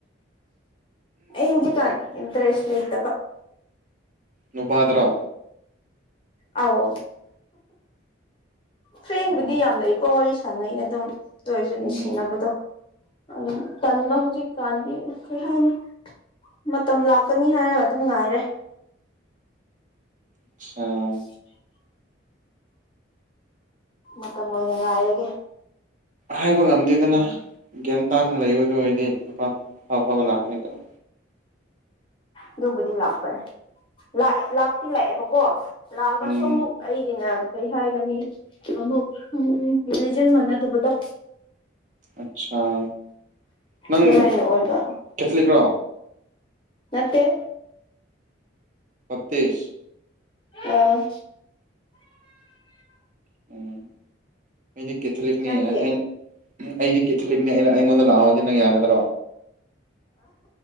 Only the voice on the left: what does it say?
ꯑꯩ ꯍꯧꯖꯤꯛ ꯀꯥꯟ ꯏꯟꯇꯔꯦꯁ ꯂꯩꯇꯕ
ꯑꯥꯎ ꯐ꯭ꯔꯦꯟꯕꯨꯗꯤ
ꯌꯥꯝ ꯂꯩꯀꯣ ꯋꯥꯔꯤ ꯁꯥꯟꯅꯩ ꯑꯗꯨꯝ ꯑꯗꯨꯑꯣꯏꯔꯁꯨ
ꯅꯨꯡꯁꯤꯅꯕꯗꯣ ꯑꯗꯨ ꯇꯟꯕ ꯍꯧꯖꯤꯛ ꯀꯥꯟꯗꯦ ꯑꯦꯍꯥꯏꯔꯦ ꯃꯇꯝ ꯂꯥꯛꯀꯅꯤ ꯍꯥꯏꯔꯒ ꯑꯗꯨꯝ ꯉꯥꯏꯔꯦ
<inaudible> ꯃꯇꯝ ꯑꯣꯏꯅ ꯉꯥꯏꯔꯒꯦ
ꯑꯗꯨꯕꯨꯗꯤ ꯂꯥꯛꯄꯅꯦ ꯂꯥꯛ ꯂꯥꯛꯇꯤ ꯂꯥꯛꯑꯦꯕꯀꯣ ꯂꯥꯛꯑꯒꯁꯨ
ꯑꯃꯨꯛ ꯑꯩꯒꯤꯅ ꯀꯩ ꯍꯥꯏꯒꯅꯤ ꯑꯃꯨꯛ ꯔꯤꯂꯤꯖꯟ ꯃꯥꯟꯅꯗꯕꯗꯣ
ꯑꯗꯨꯃꯥꯏꯅ ꯑꯣꯏꯕ
ꯅꯠꯇꯦ
ꯑꯪ
ꯅꯪꯗꯤ